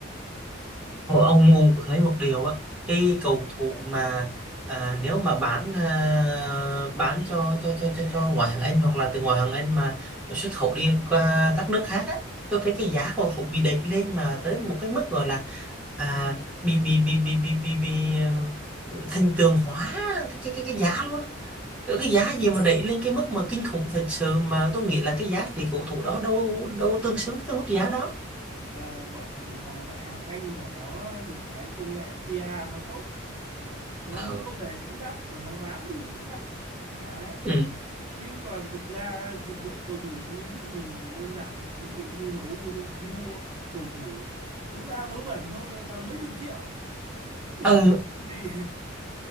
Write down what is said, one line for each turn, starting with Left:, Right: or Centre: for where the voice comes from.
Centre: Ờ, ông ông thấy một điều á cái cầu thủ mà à, nếu mà bán à, bán cho cho cho cho cho ngoại hạng Anh hoặc là từ ngoại hạng Anh mà xuất khẩu đi qua các nước khác á tôi thấy cái giá cầu thủ bị đẩy lên mà tới một cái mức gọi là à, bị bị bị bị bị bị, bị ờ, thần tượng hóa cái cái cái, cái giá luôn á Ở cái giá gì mà đẩy lên cái mức
Right: ừ.
Centre: mà kinh khủng thật sự mà tôi nghĩ là cái giá trị cầu thủ đó đâu đâu tương xứng với mức giá đó
Right: Ờ, bọn à, ngoại hạng Anh là nó được cái công nghệ PR nó tốt nó
Centre: ờ
Right: mua về cũng đắt mà nó bán đi cũng đắt đấy
Centre: ừ.
Right: chứ còn thực ra trình độ cầu thủ ví dụ mình đơn giản mình ví dụ như MU thôi mua cầu thủ vớ va vớ vẩn thôi toàn mấy chục triệu không hiểu
Centre: ờ
Right: cái gì